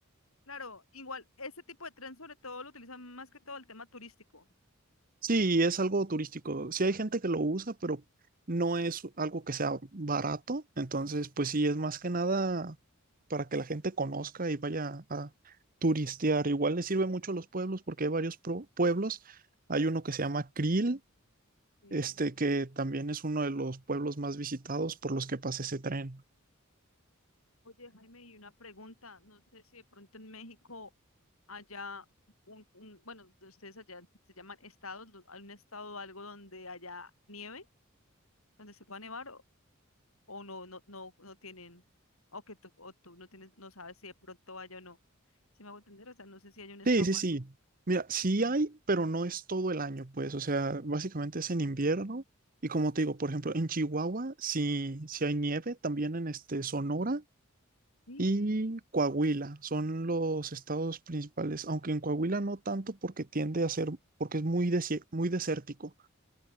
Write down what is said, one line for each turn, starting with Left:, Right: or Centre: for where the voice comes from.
Left: claro, igual, este tipo de tren sobre todo lo utilizan más que todo el tema turístico.
Right: Sí, es algo turístico. Sí hay gente que lo usa, pero no es algo que sea barato. Entonces, pues sí, es más que nada para que la gente conozca y vaya a turistear. Igual le sirve mucho a los pueblos porque hay varios pro- pueblos. Hay uno que se llama Krill,
Left: Sí.
Right: este que también es uno de los pueblos más visitados por los que pasa ese tren.
Left: Oye, Jaime, y una pregunta, no sé si de pronto en México haya un, un- bueno, de ustedes allá se llaman estados, lo- hay un estado o algo donde haya nieve, donde se pueda nevar o, o no, no, no, no tienen, o que tú, o tú no tienes, no sabes si de pronto haya o no. Si me hago entender? O sea, no sé si hay un estado
Right: Sí, sí,
Left: o
Right: sí.
Left: algo.
Right: Mira, sí hay, pero no es todo el año, pues. O sea, básicamente es en invierno. Y como te digo, por ejemplo, en Chihuahua sí, sí hay nieve, también en este Sonora
Left: Sí,
Right: y Coahuila son los estados principales, aunque en Coahuila no tanto porque tiende a ser, porque es muy, desie- muy desértico,